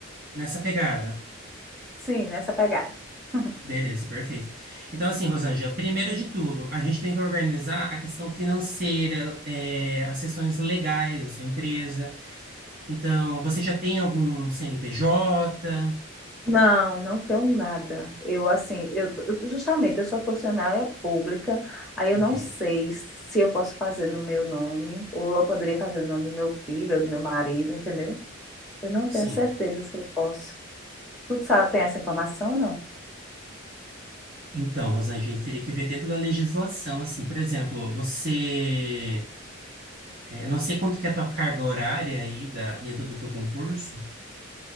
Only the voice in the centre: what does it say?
Sim, nessa pegada. <laughs>
Não, não tenho nada. Eu, assim, eu, justamente, eu sou funcionária pública, aí eu
não sei se eu posso fazer no meu nome, ou eu poderia fazer no nome do meu filho, ou do meu marido, entendeu? Eu não
tenho certeza se eu posso. Tu sabe, tem essa informação ou não?